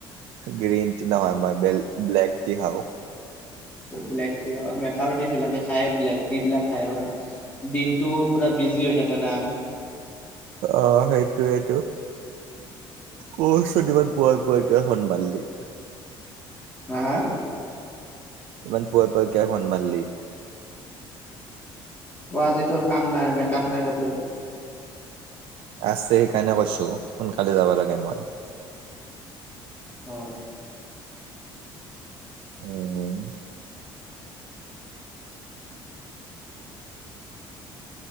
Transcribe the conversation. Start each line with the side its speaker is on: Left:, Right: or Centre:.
Right: গ্ৰীণ টি নহয় মই ব ব্লেক টি খাও
Left: ব্লে ট মেকপ আৰ্টিষ্ট বিলাকে খায় ব্লেক ট বিলাক খায় দিনটো পুৰা বিজি হৈ থাকে না
Right: অ সেইটোয়েইটো কছ ইমান পুৱাই পুৱাইকৈ সন্ মাললি
Left: হা হা
Right: ইমান পুৱাৰ পৰা ক সন্মানমানলি
Left: অ কাম নাই মেকপ নাই গতো
Right: আছে সেইকাৰণে কৈছো সোনকালে যাব লাগে মই
Left: অ
Right: উম